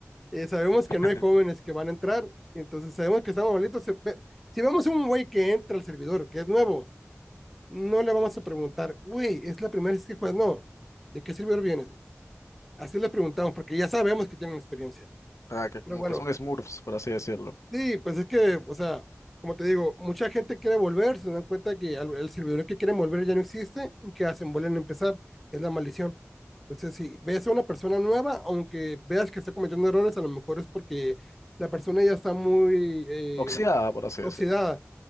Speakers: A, in the centre; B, on the left.
A: eh, sabemos
B: <laughs>
A: que no hay jóvenes que van a entrar, entonces sabemos que estamos malitos. Si vemos un güey que entra al servidor, que es nuevo, no le vamos a preguntar, güey, es la primera vez que juegas, no, ¿de qué servidor vienes? Así les preguntamos, porque ya sabemos que tienen experiencia.
B: Ah, que como
A: Pero bueno,
B: que son Smurfs, por así decirlo.
A: Sí, pues es que, o sea, como te digo, mucha gente quiere volver, se dan cuenta que al- el servidor que quieren volver ya no existe, y que hacen? Vuelven a empezar, es la maldición. Entonces, si ves a una persona nueva, aunque veas que está cometiendo errores, a lo mejor es porque la persona ya está muy eh,
B: Oxidada, por así
A: oxidada,
B: decirlo.